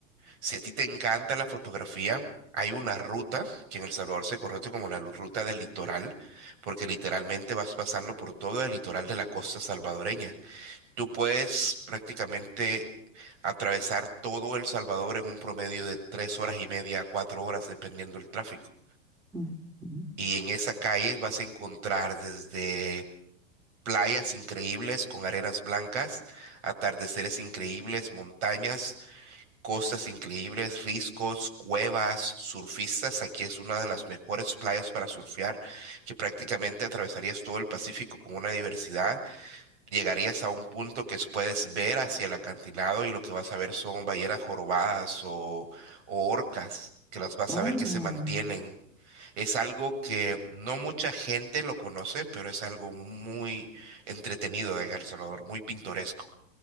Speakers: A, on the right (about 65°); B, in the centre.
A: Si a ti te encanta la fotografía, hay una ruta que en El Salvador se conoce como la lu- ruta del litoral, porque literalmente vas pasando por todo el litoral de la costa salvadoreña. Tú puedes prácticamente atravesar todo El Salvador en un promedio de tres horas y media a cuatro horas, dependiendo del tráfico.
B: Ujú, ujú.
A: Y en esa calle vas a encontrar desde playas increíbles con arenas blancas, atardeceres increíbles, montañas costas increíbles, riscos, cuevas, surfistas. Aquí es una de las mejores playas para surfear, que prácticamente atravesarías todo el Pacífico con una diversidad. Llegarías a un punto que es- puedes ver hacia el acantilado y lo que vas a ver son ballenas jorobadas o, o orcas, que las vas
B: Oh.
A: a ver que se mantienen. Es algo que no mucha gente lo conoce, pero es algo muy entretenido de El Salvador, muy pintoresco.